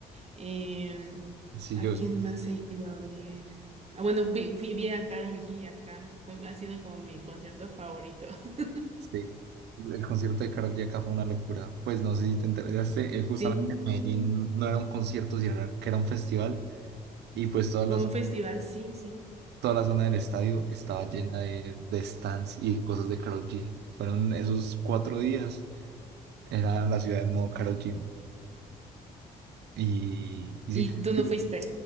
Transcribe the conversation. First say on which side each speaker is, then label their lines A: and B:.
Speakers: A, on the right (about 30°); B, on the right (about 55°).
A: Em,
B: Sí,
A: ¿a
B: yo.
A: quién más he ido a ver? Ah, bueno, vi, fui- vi a Karol G acá. Fue- ha sido como mi concierto favorito. <laughs>
B: Sí, el el concierto de Karol G acá fue una locura. Pues no sé si te enteraste, eh, justamente
A: Sí.
B: en Medellín no era un concierto, sino era- que era un festival y pues toda la,
A: Un
B: zo-
A: festival, sí, sí.
B: toda la zona del estadio estaba llena de, de stands y cosas de Karol G. Fueron esos cuatro días, era la ciudad en modo Karol G. Y, y sí,
A: ¿Y tú
B: yo-
A: no fuiste?